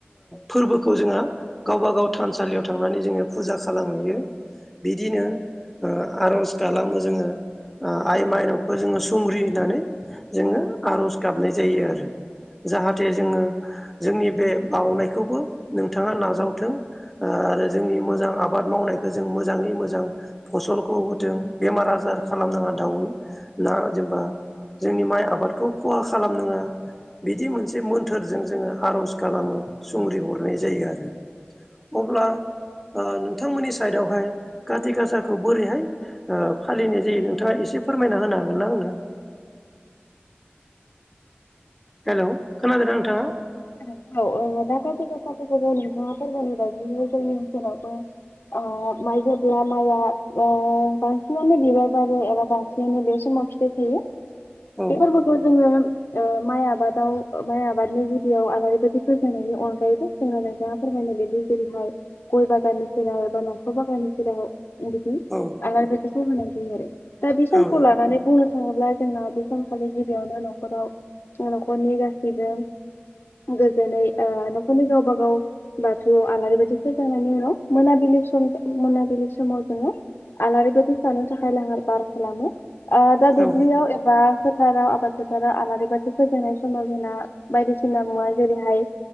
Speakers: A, in the centre; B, on the left.
A: फोर्बोखौ जोंहा गावबागाव थानसालियाव थांनानै जोङो फुजा खालामहैयो। बिदिनो ओ आर'ज खालामो जोङो। ओ आइ माइनावखौ जोङो सुंग्रि होनानै जोङो आर'ज गाबनाय जायो आरो। जाहाथे जोङो जोंनि बे बावनायखौबो नोंथाङा नाजावथों आरो जोंनि मोजां आबाद मावनायखौ जों मोजाङै मोजां फसलखौ होथों बेमार आ जार खालामनाङा दाव ना जेनबा जोंनि माइ आबादखौ खहा खालामनाङा बिदि मोनसे मोन्थोरजों जोङो आर'ज खालामो। सुंग्रि हरनाय जायो आरो। अब्ला ओ नोंथांमोननि साइदावहाय खाथि गासाखौ बोरैहाय फालिनाय जायो नों थाङा एसे फोरमायना होनो हागोन ना आंनो? हेलौ। खोनादोंना नोंथाङा
B: औ खोनादों औ खाथि गासाखौबो जों फोर्बोनि बागै जोंनि ओनसोलावबो अ माइ जेब्ला माइआ ओ बांसिनानो बिबार बारो एबा बांसिनानो बे समाव फिथाइ थायो।
A: औ
B: बे फोर्बोखौ जोङो ओ माइ आबादाव माइ आबादनि गिबियाव आलारि बाथि फोजोंनायनि अनगायैबो जोंनाव नोंथाङा फोरमायनाय बायदि जेरै गय बागाननि सेराव एबा नख'र बागाननि सेराव बिदि
A: औ
B: आलारि बाथिखौ होनाय जायो आरो। दा बे सानखौ
A: औ
B: लानानै बुंनो थाङोब्ला जोंना बे सानखालि गिबियावनो नख'राव नख'रनि गा सैबो गोजोनै न'खरनि गावबागाव बाथौआव आलारि बाथि फोजोंनायनि उनाव मोनाबिलि सम मोनाबिलि समाव जोङो आलारि बाथि सावनो थाखाय लाहार फाहार खालामो। ओ दा
A: औ
B: दुब्लियाव एबा फोथाराव आबाद फोथाराव आलारि बाथि फोजोंनाय समाव जोंना बायदिसिना मुवा जेरैहाय